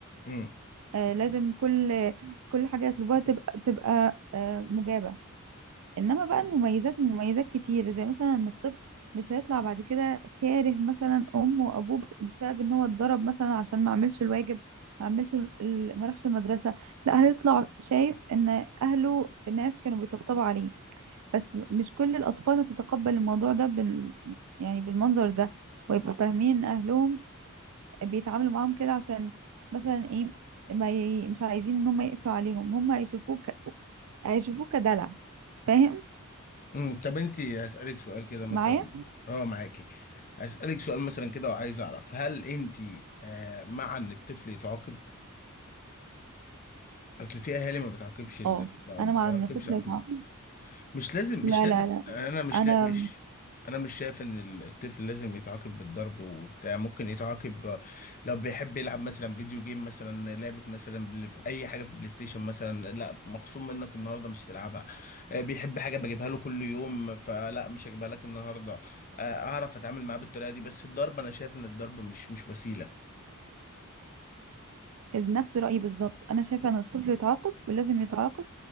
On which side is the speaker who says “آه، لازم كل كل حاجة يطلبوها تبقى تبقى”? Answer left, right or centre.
Right